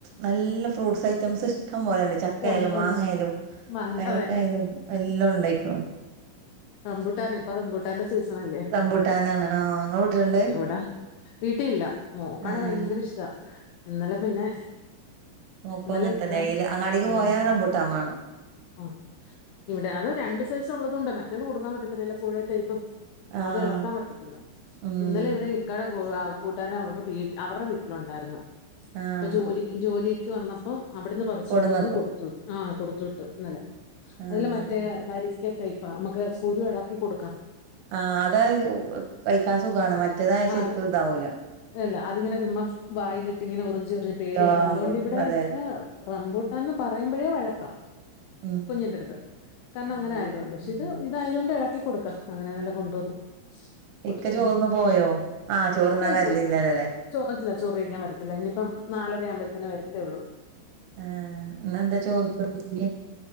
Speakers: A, on the right (about 80°); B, on the left (about 85°).
A: നല്ല ഫ്രൂട്ട്സ് ഐറ്റംസ് ഇഷ്ടം പോലെ ഇഷ്ടം പോലെയണ്ട് ചക്ക
B: ഉൺ-
A: ആയാലും
B: ഉണ്ട്
A: മാങ്ങയായാലും
B: മാങ്ങ
A: പേരക്കയായലും
B: അതെ
A: എല്ലാം ഉണ്ടായിക്കണ
B: റമ്പുട്ടാൻ ഇപ്പോ റംബുട്ടാന്റെ സീസൺ അല്ലേ
A: റംബൂട്ടാനാണ് ആഹ് ഇങ്ങളെ വീട്ടില്ണ്ട്
B: എവിടാ വീട്ടില്ല മോക്കണ
A: ഏഹ്
B: ഭയങ്കര ഇഷ്ടാ ഇന്നലെ പിന്നെ
A: നോക്കും
B: ഇന്നലെ
A: അങ്ങനെ
B: ഇക്ക,
A: തന്നെ അയിൽ അങ്ങാടക്ക്
B: ആ,
A: പോയ റംബൂട്ടാൻ വേണം
B: ആ ഇവിടെ അത് രണ്ട് സൈസ് ഉള്ളത്ണ്ട് മറ്റൊന്ന കൊടുക്കാൻ പറ്റത്തില്ലല്ലോ കോഴേ ടൈപ്പ്
A: ആഹ്
B: അത് ഇളക്കാൻ പറ്റത്തില്ല
A: ഉം
B: ഇന്നലെ ഇവിടെ ക്കടെ കൂട്ടാര അവരുടെ വ അവരുടെ വീട്ടിലുണ്ടായിരുന്നു
A: ആഹ്
B: ഇപ്പൊ ജോലി ജോലിക്ക് വന്നപ്പം അവിടുന്ന് പറഞ്ഞു വിളിച്ചോണ്ട്
A: കൊടന്നക്കും
B: വന്നു കൊടുത്തു വിട്ടു ആഹ് ഇന്നലെ
A: ആഹ്
B: അതില മറ്റേ ടൈപ്പാ നമുക്ക് കുരു ഇളക്കി കൊടുക്കാം
A: ആ അതാണ് കഴിക്കാൻ സുഖമാണ് മറ്റേതായ
B: ആ
A: ശരിക്ക് ഇതാവൂല
B: അല്ല അതിങ്ങനെ ചുമ്മാ വായിലിട്ട് ഇങ്ങനെ ഉറിഞ്ച് എറിഞ്ഞ് പേടിയാ
A: ആഹ്
B: അതുകൊണ്ട്ിവിടെ
A: അതെ
B: ഇക്ക റമ്പൂട്ടന്ന് പറയുമ്പോഴേ വഴക്കാ
A: <inaudible>
B: കുഞ്ഞിന്റെ അടുത്ത് കാരണം
A: ഉം.
B: അങ്ങനെ ആയത് കൊണ്ട് പക്ഷെ
A: ഉം
B: ഇത് ഇതായത് കൊണ്ട് ഇളക്കി കൊടുക്കാം അങ്ങനെന്നല്ല കൊണ്ടുവന്നു കൊടുത്തു
A: ഇക്ക ചോറന്ന പോയോ ആഹ ചോറ്ന്നാൻ
B: പോയി
A: വരിലില്ലല്ലോ
B: പോയി
A: അല്ലേ
B: ചോ ആയിട്ടില്ല ചോറ് കഴിക്കാൻ വരത്തില്ല ഇനിയിപ്പ നാലര ആവുമ്പോഴത്തേ വരത്തേള്ളൂ.
A: ആഹ ഇന്ന് എന്താ ചോറ്ക്ക് കറി